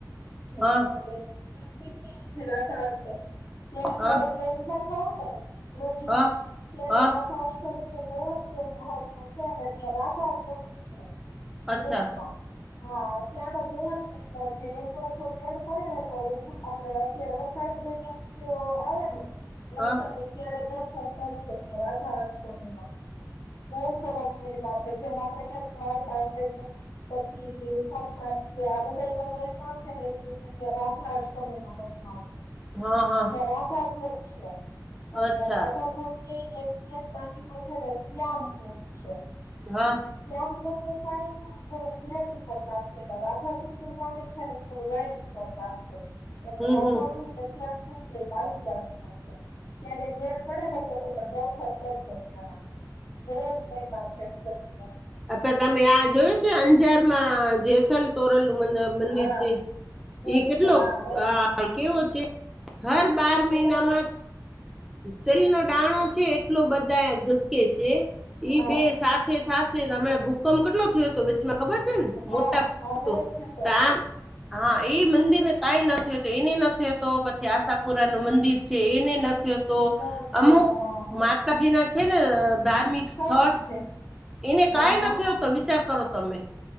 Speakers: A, on the left; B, in the centre.
A: છે
B: હા
A: મતલબ એનું તથી છે રાતાાષમ <unintelligible> ત્યારે તમે
B: હા
A: બ્રજમાં જાઓ ને, અ્રજમાં,
B: હા
A: ત્યારે
B: હા
A: અષ્ટમી નું બહુ જ મહત્વ છે અને ત્યાં રાધા કુંડ છે.
B: અચ્છા
A: રોજમાં હા ત્યાનો બ જ મહિના છે એક વારચ ફેડ પડે ને તો આપડે અત્યારે આ સાઠ મહિના પ આવે ને વર્ષ
B: હા
A: તમે ત્યારે દર્શન કરશો ત રાધા અષ્ટમી ના બહુ સરસ મે એમાં છે જે માત્ર કેમ દ્વારકા છે, કે પછી સોમનાથ છે, આ બધા એ લોકો એમાં છે ને એમ રીતે અ્યારે રાળષમેનો મયમાં છે.
B: હા
A: અને
B: હા
A: ત્યાં રાધા કુલ છે અને
B: અચ્છા
A: રાધા ની એઝે બાચમાં છે ને શ્યામ કુંડ છે
B: હા
A: એટલે સ્્યામ કો પાણી છે. થોડું બ્લેક ઉપર લાગશે એટલે રાધાકુંડ નું પાણી છેને, થોડું વ્હાઈટ ઉપર લાગશે એટલે
B: હમ
A: રાધાપુર
B: હમ
A: ન શ્યામપુર જે આજુબાજુમાં છે. ત્યારે મેળ પડે ને તો તમે દસ કરશો ત્યાંના બહજ ભયમાં છે એું લય ત્યા
B: અે તમે આ જોય છે અંજારમાં જેસલ તોરલ નું મ મંદિર
A: હા
B: છે
A: જોય
B: એ કેટલો
A: છે હા હો
B: આ કેવો છે હર બાર મહિનામાં
A: એનો હમ
B: તેલનોો દાણો છે. એટલો બધા ઘસકે છે
A: હા
B: બે સાથે થ હમણાં ભૂકંપ કેટલો થયો હતો વચમાં ખબર છે ને
A: હા
B: મોટા મોટ
A: હા બહુ
B: તો
A: થતો હા
B: આમ હા એ મંદિરને કંઈ નથીતું એને નથીતો પછી આશાપુરા નું મંદિર છે, એને તો
A: નીલો થયો
B: અમુક
A: હા
B: માતાજી ના છે ને, ધાર્મિક
A: સત
B: સ્થળ
A: છે
B: એને
A: હા
B: કાંઈ
A: હા
B: નથીતો વિચાર કરો તમે